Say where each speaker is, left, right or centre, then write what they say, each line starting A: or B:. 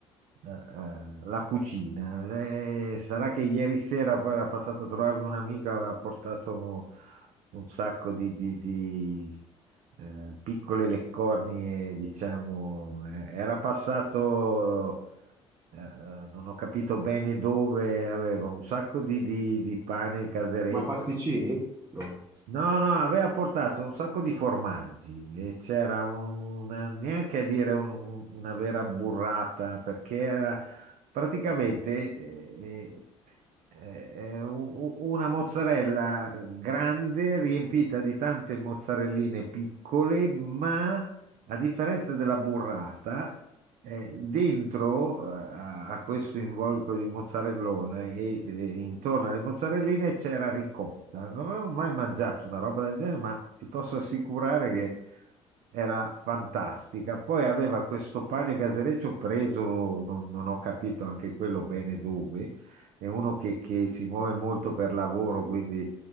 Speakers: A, on the right (about 60°); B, on the right (about 20°).
A: eh, eh, la cucina. Eh, sarà che ieri sera poi era passato a trovarmi un'amica, aveva portato un sacco di, di- di, eh, piccole leccornie, diciamo. Eh, Era passato, eh, eh, non ho capito bene dove, aveva un sacco di, di- di pane caseretto,
B: Ma pasticcini? No.
A: No, no, aveva portato un sacco di formaggi e c'era una, neanche a dire un- un- una vera burrata perché era praticamente eh, eh, eh, eh, u- u- una mozzarella grande riempita di tante mozzarelline piccole, ma a differenza della burrata eh, dentro eh, a, a questo involucro di mozzarellone e, e intorno alle mozzarelline c'era ricotta. Non avevo mai mangiato una roba del genere, ma ti posso assicurare che era fantastica. Poi aveva questo pane casereccio preso, non, non ho capito anche quello bene dove. È uno che, che si muove molto per lavoro, quindi